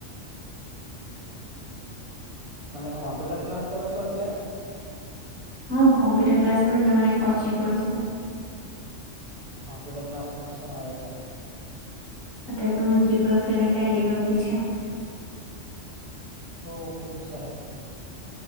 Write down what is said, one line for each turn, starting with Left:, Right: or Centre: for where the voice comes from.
Right: તમે કોમ્પ્યુટર ક્લાસ કરો છો અત્યારે
Left: હા કોમ્પ્યુટર ક્લાસ પણ જવાને કોચિંગ પણ છે
Right: કોમ્પ્યુટર ક્લાસમાં શું આવે છે
Left: અત્યારે તો હ ત્રિપલ અને ટેલી વરતી છે
Right: ઓ ખુબ સરસ